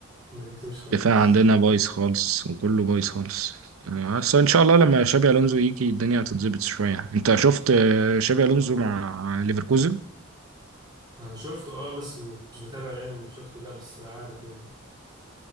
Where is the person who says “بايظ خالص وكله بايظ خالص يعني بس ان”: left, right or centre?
Right